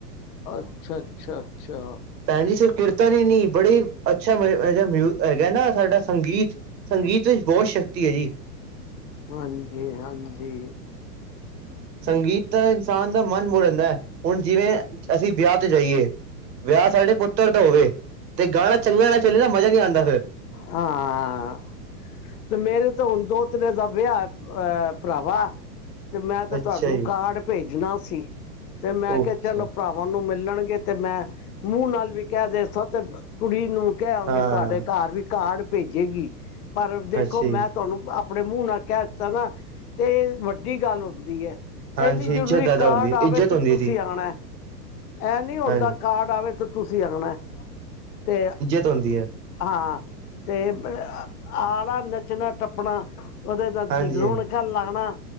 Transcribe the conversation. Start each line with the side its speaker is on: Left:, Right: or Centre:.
Left: ਅੱਛਾ- ਅੱਛਾ- ਅੱਛਾ।
Right: ਭੈਣ ਜੀ ਸਿਰਫ ਕੀਰਤਨ ਹੀ ਨੀ ਬੜੇ ਅੱਛਾ ਹੈਗਾ ਨਾ ਸਾਡਾ ਸੰਗੀਤ। ਸੰਗੀਤ ਵਿੱਚ ਬਹੁਤ ਸ਼ਕਤੀ ਹੈ ਜੀ।
Left: ਹਾਂਜੀ- ਹਾਂਜੀ।
Right: ਸੰਗੀਤ ਤਾਂ ਇਨਸਾਨ ਦਾ ਮਨ ਮੋਹ ਲੈਂਦਾ ਹੈ। ਹੁਣ ਜਿਵੇਂ ਅਸੀਂ ਵਿਆਹ ਤੇ ਜਾਈਏ। ਵਿਆਹ ਸਾਡੇ ਪੁੱਤਰ ਦਾ ਹੋਵੇ। ਤੇ ਗਾਣਾ ਚੰਗਾ ਨਾ ਚੱਲੇ ਨਾ ਮਜ਼ਾ ਨਹੀਂ ਆਉਂਦਾ ਫਿਰ।
Left: ਹਾਂ। ਤੇ ਮੇਰੇ ਤਾਂ ਹੁਣ ਦੋਤਰੇ ਦਾ ਵਿਆਹ ਅਹ ਭਰਾਵਾਂ। ਤੇ ਮੈਂ ਤੇ
Right: ਅੱਛਾ
Left: ਤੁਹਾਨੂੰ
Right: ਜੀ
Left: ਕਾਰਡ ਭੇਜਣਾ ਸੀ। ਤੇ ਮੈਂ
Right: ਉਹ
Left: ਕਿਹਾ
Right: ਅੱਛਾ
Left: ਚਲੋ। ਤੁਹਾਨੂੰ ਮਿਲਣਗੇ ਤੇ ਮੈਂ ਮੂੰਹ ਨਾਲ ਵੀ ਕਹਿ ਦੱਸਾ ਤੇ ਕੁੜੀ ਨੂੰ ਕਹਿਵਾਂਗੀ।
Right: ਹਾਂ
Left: ਤੁਹਾਡੇ ਘਰ ਵੀ ਕਾਰਡ ਭੇਜੇਗੀ। ਪਰ ਦੇਖੋ
Right: ਅੱਛਾ
Left: ਮੈਂ
Right: ਜੀ
Left: ਤੁਹਾਨੂੰ ਆਪਣੇ ਮੂੰਹ ਨਾਲ ਕਹਿ ਦਿੱਤਾ ਨਾ। ਤੇ ਵੱਡੀ ਗੱਲ ਹੁੰਦੀ ਹੈ।
Right: ਹਾਂਜੀ
Left: ਐ ਨਈ ਜਰੂਰੀ,
Right: ਇੱਜ਼ਤ ਜ਼ਿਆਦਾ
Left: ਕਾਰਡ
Right: ਹੁੰਦੀ ਹੈ
Left: ਆਵੇ
Right: ਇੱਜ਼ਤ
Left: ਤੇ
Right: ਹੁੰਦੀ
Left: ਤੁਸੀਂ
Right: ਹੈ ਜੀ
Left: ਆਣਾ ਏ। ਏਹ ਨੀ ਹੁੰਦਾ,
Right: ਹਾਂਜੀ
Left: ਕਾਰਡ ਆਵੇ, ਤੇ ਤੁਸੀਂ ਆਣਾ ਏ, ਤੇ
Right: ਤੋਂਦੀ ਐ।
Left: ਹਾਂ ਤੇ ਆਉਣਾ, ਨੱਚਣਾ, ਟੱਪਣਾ ਉਹਦੇ ਨਾਲ
Right: ਹਾਂਜੀ
Left: ਰੌਣਕ
Right: ਹਾਂਜੀ
Left: ਮੈਂ ਕਿਹਾ ਲਾਉਣਾ